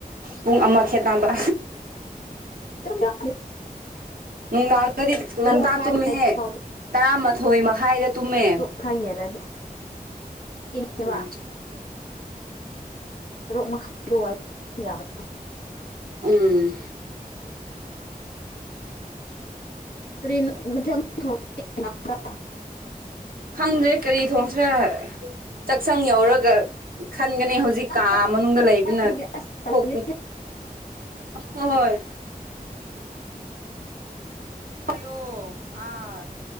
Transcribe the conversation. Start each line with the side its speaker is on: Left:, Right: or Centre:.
Right: ꯄꯨꯡ ꯑꯃ ꯈꯦꯅꯕ
Left: ꯌꯥ <unintelligible> <inaudible>
Right: ꯎꯝꯥꯟ ꯍꯥꯏꯗꯤ ꯉꯟꯇꯥ
Left: ꯃꯈꯥꯏ
Right: ꯇꯨꯝꯃꯤꯍꯦ
Left: ꯇꯔꯨꯛ
Right: ꯇꯔꯥꯃꯥꯊꯣꯏ ꯃꯈꯥꯏꯗ ꯇꯨꯝꯃꯦ
Left: ꯃꯈꯥꯏ ꯍꯦꯜꯂꯗꯤ ꯊꯦꯡꯉꯦꯕ
Right: ꯎꯝ
Left: ꯍꯔꯣꯛ ꯃꯈꯥꯏ ꯌꯥꯅꯦ
Right: ꯎꯝ
Left: ꯀꯔꯤꯅ ꯃ ꯊꯣꯡ <unintelligible>
Right: ꯈꯪꯗ꯭ꯔꯦ ꯀꯔꯤ ꯊꯣꯡꯁꯔ ꯆꯥꯛꯁꯪ ꯌꯧꯔꯒ ꯈꯟꯒꯅꯤ ꯍꯧꯖꯤꯛ
Left: ꯊꯣꯡꯕ
Right: ꯀꯥ ꯃꯅꯨꯡꯗ ꯂꯩꯕꯅ
Left: ꯑꯗꯨꯒꯤ ꯑꯁ ꯇꯜꯂꯦ
Right: ꯊꯣꯛꯇꯦ ꯍꯣꯏꯣꯏ ꯍꯥꯏꯌꯣ ꯑꯥ